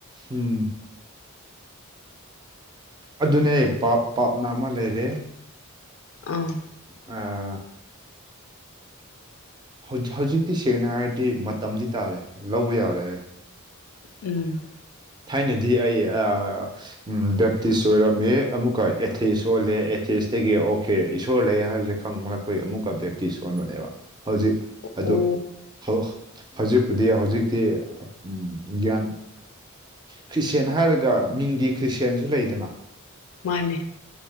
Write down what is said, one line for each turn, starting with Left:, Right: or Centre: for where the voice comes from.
Right: ꯎꯝ ꯑꯗꯨꯅꯦ ꯄꯥꯞ ꯄꯥꯞꯅ ꯑꯃ ꯂꯩꯔꯦ
Left: ꯑꯥ
Right: ꯑꯥ ꯍꯧ ꯍꯧꯖꯤꯛꯇꯤ ꯁꯦꯡꯅ ꯍꯥꯏꯔꯗꯤ ꯃꯇꯝꯗꯤ ꯇꯥꯔꯦ ꯂꯧꯕ ꯌꯥꯔꯦ
Left: ꯎꯝ
Right: ꯊꯥꯏꯅꯗꯤ ꯑꯩ ꯑꯥ ꯎꯝ ꯕꯦꯞꯇꯤꯁ ꯑꯣꯏꯔꯝꯃꯦ ꯑꯃꯨꯛꯀꯥ ꯑꯦꯊꯤꯁ ꯑꯣꯜꯂꯦ ꯑꯦꯊꯤꯁꯇꯒꯤ ꯑꯣꯀꯦ ꯏꯁꯣꯔ ꯂꯩ ꯍꯥꯏꯕꯁꯦ ꯈꯪꯕꯅ ꯈꯣꯏ ꯑꯃꯨꯛꯀ ꯕꯦꯞꯇꯤꯁ ꯁꯣꯟꯕꯅꯦꯕ ꯍꯧꯖꯤꯛ ꯑꯗꯨ
Left: ꯑꯣ
Right: ꯍꯧ ꯍꯧꯖꯤꯛꯄꯨꯗꯤ ꯍꯧꯖꯤꯛꯇꯤ ꯎꯝ ꯒꯤꯌꯥꯟ ꯈ꯭ꯔꯤꯁꯇꯦꯟ ꯍꯥꯏꯔꯒ ꯃꯤꯡꯒꯤ ꯈ꯭ꯔꯤꯁꯇꯦꯟꯁꯨ ꯂꯩꯗꯅ
Left: ꯃꯥꯅꯦ